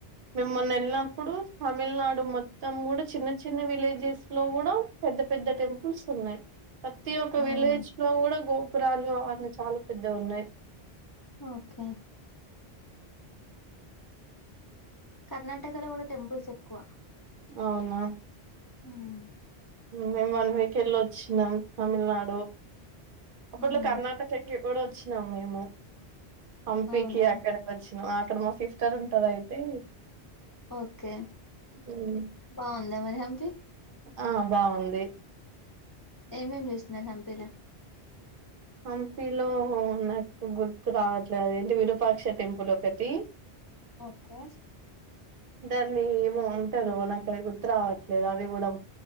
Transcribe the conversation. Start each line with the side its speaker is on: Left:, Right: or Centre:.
Right: మిమ్మల్ని వెళ్ళినప్పుడు తమిళనాడు మొ తమ్ కూడా చిన్న చిన్న విలేజెస్ లో కూడా పెద్ద పెద్ద టెంపుల్స్ ఉన్నాయ్ ప్రతి ఒక్క
Left: ఉమ్
Right: విలేజ్ లో కూడ గోప్ గోపురాలు అన్నవి చాలా పెద్ద ఉన్నాయ్
Left: ఒకే కర్ణాటకలో గుడా టెంపుల్స్ ఎక్కువ
Right: అవున
Left: హ్మ
Right: మేము వన్ వీక్ ఏళ్లి వచ్చినమ్ తమిళనాడు అప్పట్లో
Left: ఉమ్
Right: కర్ణాటక చేక్కి ఎవడో వచ్చినాం మేమూ హంపికీ
Left: అవునా
Right: అక్కడ కి వచ్చి అక్కడ మా సిస్టర్ ఉంటరు అయితే
Left: ఓకే
Right: ఉమ్,
Left: బావుందా మరి హంపీ
Right: ఆ బాగుంది
Left: ఏమేం చూసినరు హంపిలా
Right: హంపీలో నాకు గుర్తు రావట్లేదు అదేంటి విరూపాక్ష టెంపుల్ ఒకటి
Left: ఓకే
Right: దాన్ని ఉంటరు నా అది గుర్తు రావట్లేదు అది కూడం